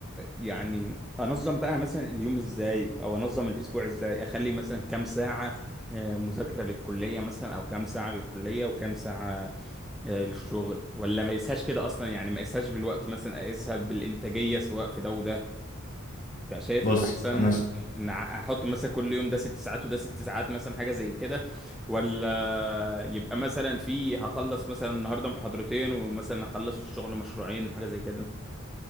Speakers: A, in the centre; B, on the left.
A: يعني انظم بقى مثلا اليوم ازاي او انظم الاسبوع ازاي اخلي مثلا كام ساعة آه مذاكرة للكلية مثلا او كام ساعة للكلية وكام ساعة آه، للشغل ولا ما يقيسهاش كده اصلا يعني ما يقيسهاش بالوقت مثلا اقيسها بالانتاجية سواء في ده وده كان شايف
B: بص
A: الأحسن
B: انا ش...
A: إن ع- أحط مثلا كل يوم ده ست ساعات وده ست ساعات مثلا حاجة زي كده ولا يبقى مثلا في هخلص مثلا النهاردة محاضرتين ومثلا هخلص في الشغل مشروعين حاجة زي كده